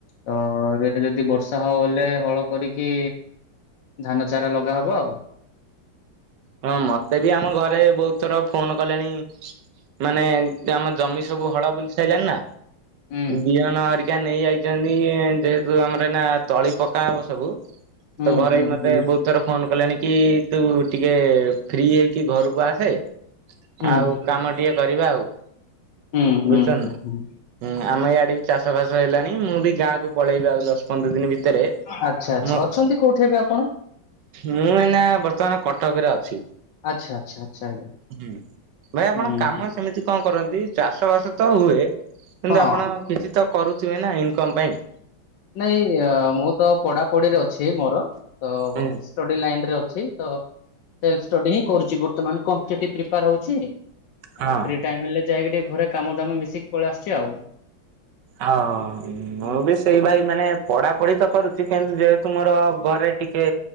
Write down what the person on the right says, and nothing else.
ହଁ ମତେ ବି ଆମ ଘରେ ବହୁତ ଥର ଫୋନ କଲେଣି ମାନେ ଆମ ଜମି ସବୁ ହଳ ବୁଲି ସାଇିଲଣିି ନା
ବିହନରିକି ଆ ନେଇ ଆଇଛନ୍ତି ଯେହେତୁ ଆମର ଏଇନା ତଳି ପକା ହବ ସବୁ।
ତ ଘରେ
ମୋତେ
ବହୁତ ଥର ଫୋନ କଲେଣି କି ତୁ ଟିକେ ଫ୍ରି ହେଇକି ଘରକୁ ଆସେ
ଆଉ କାମ ଟିକେ କରିବା ଆଉ।
ବୁଝୁଛ
ନା।
ହୁଁ ଆମ ଇଆଡେ ବି ଚାଷ ଫାସ ହେଲାଣି ମୁଁ ବି ଗାଁକୁୁ ପଳେଇବି ଆଉ ଦଶ ପନ୍ଦର ଦିନ ଭିତରେ।
ମୋ
ମୁଁ ଏନା ବର୍ତ୍ତମାନ କଟକରେ ଅଛି।
ହୁଁ ଭାଇ ଆପଣ
କାମ
ସେମିତି କଣ କରନ୍ତି ଚାଷ ବାସ ତ ହୁଏ କିନ୍ତୁ
ଆପଣ କିଛି ତ କରୁଥିବେ ନା ଇନକମ ପାଇଁ।
ହୁଁ
ହଁ।
ଓହୋ
ମୁଁ ବି ସେଇ ଭାଇ ମାନେ ପଢା ପଢି ତ କରୁଛି କିନ୍ତୁ ଯେହେତୁ ମୋର ଘରେ ଟିକେ